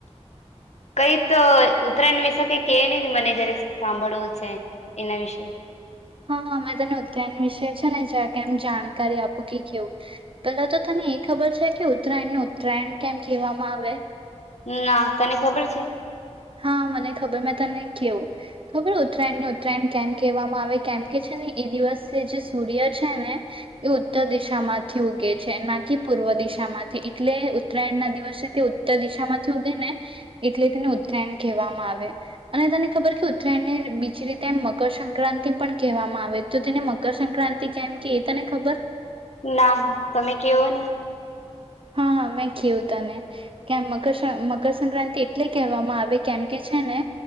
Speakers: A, on the left; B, on the right.
A: કઈ તો ઉત્તરાયણ વિશે કઈ કે ની મને જારાક સાંભળવું છે એના વિશે.
B: હા હા મેં તને ઉત્તરાયણ વિષે છે ને જરાક કેમ જાણકારી આપું કે કેવું પેલા તો તને એ ખબર છે કે ઉત્તરાયણને ઉત્તરાયણ કેમ કહેવામાં આવે?
A: ના, તને ખબર છે?
B: હા, મને ખબર મે તને કેવું. ખબર ઉત્તરાયણ ને ઉ ઉત્તરાયણ કેમ કહેવામાં આવે કેમ કે છે ને એ દિવસે જે સૂર્ય છે ને એ ઉત્તર દિશા હમાંથી ઉગે છે, ના કે પૂર્વ દિશામાંથી એટલે ઉત્તરાયણના દિવસ છે તે ઉત્તર દિશામાંથી ઉગે ને એટલે તેને ઉત્તરાયણ કહેવામાં આવે અને તને ખબર કે ઉત્તરાયણને બીજી રીતે એમ મકરસક્રાંતિ પણ કહેવામાં આવે તો તેને મકરસક્રાંતિ કેમ કેય એ તને ખબર?
A: ના, તમે કેવો ની.
B: હા હા મેં કેવું તને કેમ મકર મકરસક્રાંતિ એટલે કહેવામાં આવે કેમ કે છે, ને